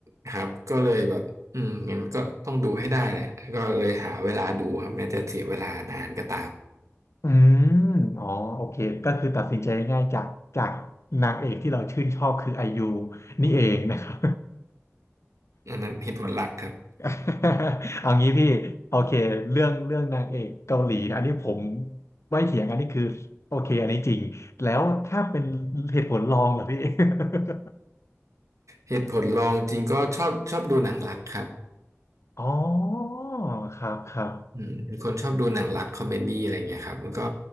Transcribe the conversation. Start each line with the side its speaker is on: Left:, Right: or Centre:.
Right: ครับก็เลยแบบอืมงั้นก็ต้องดูให้ได้แหละก็เลยหาเวลาดูครับแม้จะเสียเวลานานก็ตาม
Left: อืมอ๋อโอเค ก็คือตัดสินใจง่ายจากจากนางเอกที่เราชื่นชอบคือไอยูนี่เองนะครับ
Right: อันนั้นเหตุผลหลักครับ
Left: <laughs> เอางี้พี่โอเคเรื่องเรื่องนางเอกเกาหลีนะอันนี้ผมไม่เถียงอันนี้คือโอเคอันนี้จริงแล้วถ้าเป็นเหตุผลรองเหรอพี่ <laughs>
Right: เหตุผลรองจริงก็ชอบชอบดูหนังรักครับ
Left: อ๋อครับครับ
Right: อืมเป็นคนชอบดูหนังรักคอมเมดี้อะไรเงี้ยครับมันก็